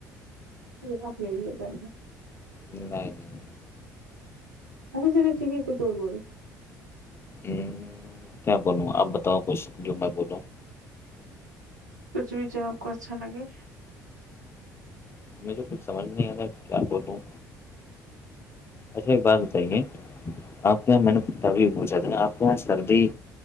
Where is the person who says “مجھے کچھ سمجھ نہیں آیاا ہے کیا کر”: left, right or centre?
Left